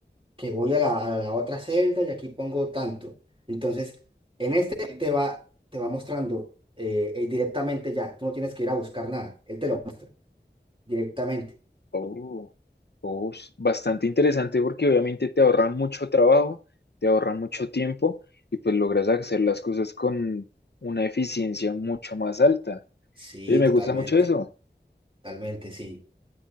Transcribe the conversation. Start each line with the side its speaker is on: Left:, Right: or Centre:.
Right: que voy a la, a la otra celda y aquí pongo tanto. Entonces, en este él te va, te va mostrando eh, eh, directamente ya. Tú no tienes que ir a buscar nada. Él te lo muestra directamente.
Left: Oh, oh, s- bastante interesante porque obviamente te ahorra mucho trabajo, te ahorra mucho tiempo y pues logras hacer las cosas con una eficiencia mucho más alta.
Right: Sí,
Left: Oye, me
Right: totalmente.
Left: gusta mucho eso.
Right: Totalmente, sí.